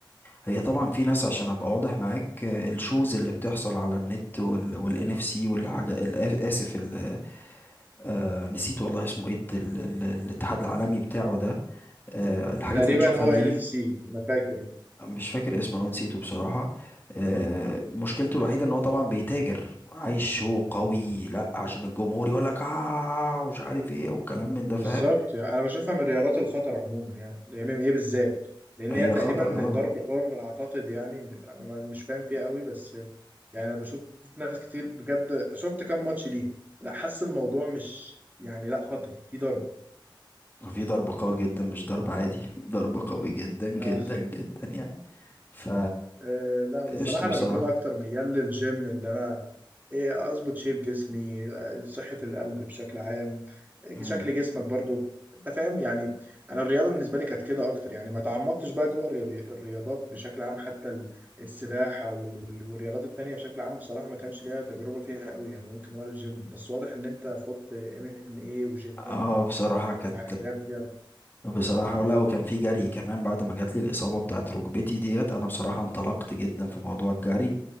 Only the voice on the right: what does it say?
تقريبا
هو
ان اف سي أنا فاكر
بالظبط
يعني انا بشوفها من رياضات الخطر عموما يعني الام ام ايه بالذات لان
هي تقريبا
ضرب حر اعتقد يعني انا ما- مش فاهم فيها قوي بس يعني انا بشوف ناس كتير بجد شفت كام ماتش ليه لا حاسس الموضوع مش يعني لا خطر في ضرب
آه.
آه لا
بصراحة أنا
بكون أكتر ميال للجيم اللي أنا إيه أظبط شيب جسمي آه، صحة القلب بشكل عام آه،
شكل جسمك برضو أنت فاهم يعني أنا الرياضة بالنسبة لي كانت كده أكتر يعني ما تعمقتش بقى جوه الرياضي- الرياضات بشكل عام حتى ال- السباحة وال- وال- والرياضات التانية بشكل عام بصراحة ما كانش ليها تجربة فيها قوي يعني ممكن هو الجيم بس واضح إن أنت خدت ام ام ايه وجيم
وحاجات دي